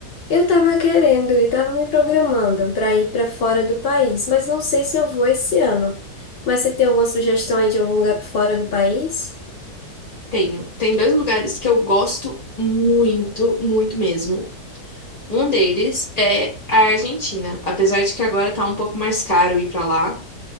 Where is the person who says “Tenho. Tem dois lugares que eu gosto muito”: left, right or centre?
Left